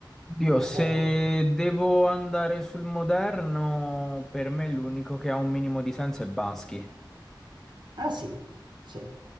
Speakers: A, in the centre; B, on the right.
A: Dio,
B: o
A: se
B: poco?
A: devo andare sul moderno, per me l'unico che ha un minimo di senso è Bansky.
B: Ah sì, sì,